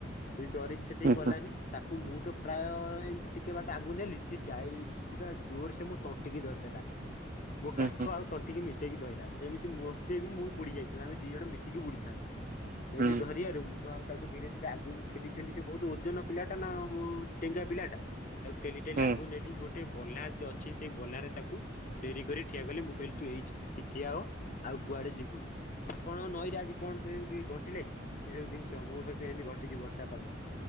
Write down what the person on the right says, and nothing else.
ହୁଁ
ହୁଁ
ହୁଁ
ହୁଁ
ହୁଁ।
ହୁଁ